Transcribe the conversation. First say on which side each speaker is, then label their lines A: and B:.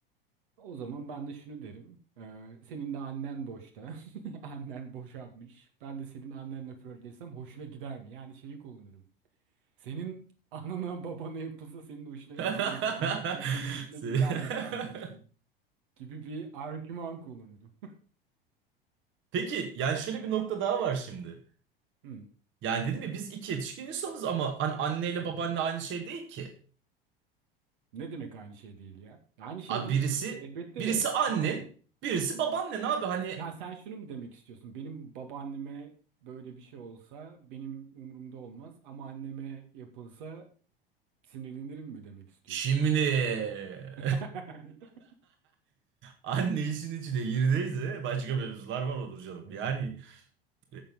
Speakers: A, on the right (about 60°); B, on the right (about 40°).
A: O zaman ben de şunu derim. e, senin de annen boşta. <laughs> Annen boşanmış. Ben de senin annenle flörtleşsem hoşuna gider mi? Yani şeyi kullanırım. Senin anana babana yapılsa senin hoşuna,
B: <laughs>
A: anana babana yapılsa senin hoşuna
B: Se-
A: gider mi kardeşim?
B: <laughs>
A: Gibi bir argüman kullanırım.
B: Peki yani şöyle bir nokta daha var şimdi.
A: <laughs> Hı.
B: Yani dedim ya biz iki yetişkin insanız ama hani anneyle
A: Hı
B: babaanne
A: hı.
B: aynı şey değil ki.
A: Ne demek aynı şey değil ya? Aynı şey
B: Abi
A: değil
B: birisi
A: tabii ki elbette
B: birisi
A: de.
B: annen,
A: Tamam mı?
B: birisi babaannen abi hani
A: Ya sen şunu mu demek istiyorsun? Benim babaanneme böyle bir şey olsa benim umurumda olmaz ama anneme yapılsa sinirlenirim mi demek istiyorsun?
B: şimdi <laughs>
A: <laughs>
B: anne işin içine girdiyse başka mevzular var olur canım.
A: Evet.
B: Yani Ee,